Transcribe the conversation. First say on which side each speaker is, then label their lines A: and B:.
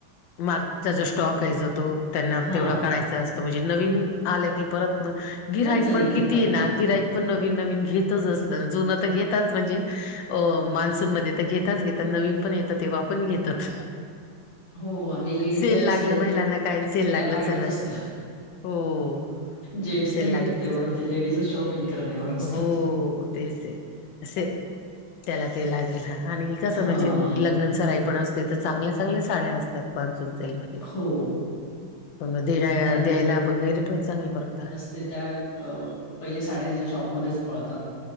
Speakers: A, on the left; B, on the left.
A: मार्कचा जो स्टॉक आहे जो तो त्यांना
B: हां,
A: तेवढा काढायचा अस म्हणजे नवीन आलं की परत मग गिराईक
B: खूप जणी
A: पण
B: घेतात
A: किती आहे ना गिराक पण नवीन नवीन घेतच अस जुन तर घेताच म्हणजे अ मान्सूनमध्येध्ये तर घेताच घेत नवीन पण येतात तेव्हा पण घेतात
B: हो. लेडीजला
A: सेल लागल
B: कसं आहे
A: महिलांना काय सेल
B: तिला
A: लागल
B: पाहिजेच
A: चला
B: असतं.
A: चला हो.
B: जेंट्स नाही
A: ेल लागल
B: घेत तेवढं
A: की चलाय
B: ते लेडीजच शॉपिंग करण्यावर असतात.
A: हो तेच आहे. असे त्याला ते लागेल आणि कसं
B: हां,
A: म्हणजे लग्न स राई पण. तिथे चांगल्या चांगल्या साड्या असतात मान्सून. ण
B: हो.
A: पण देण्या
B: आता
A: द्यायला वगैरे पण चांगलं परवत.
B: ते त्या पहिले साड्यांच्या शॉपमध्येच पळतात.